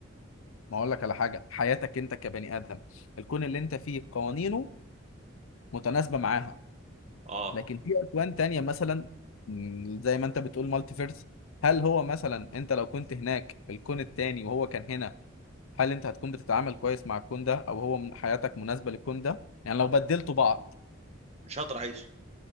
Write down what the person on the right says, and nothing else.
اه
مش هقدر اعيش